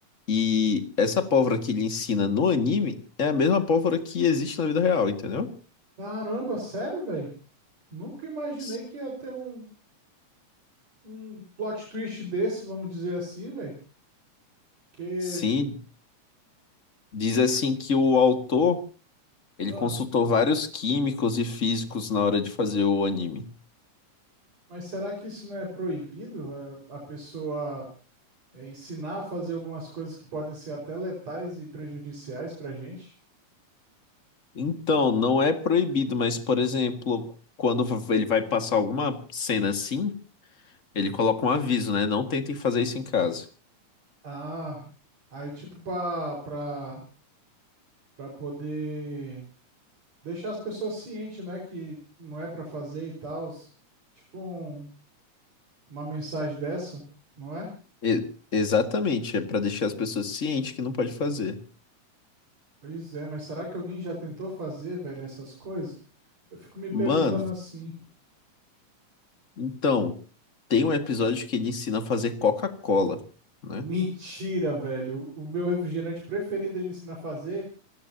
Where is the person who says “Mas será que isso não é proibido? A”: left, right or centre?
Right